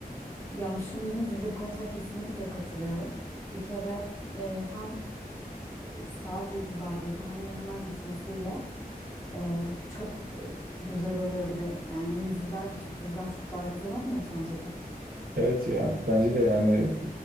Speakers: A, on the left (about 15°); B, on the right (about 70°).
A: Ya şu mini dizi konusuna kesinlikle katılıyorum. Bir kere e, hem saat itibariyle hem de hemen bitmesiyle Ee, çok e, güzel oluyor bir de. Yani diziler birçok diziden çok daha güzel olmuyor mu sence de?
B: Evet yani bence de yani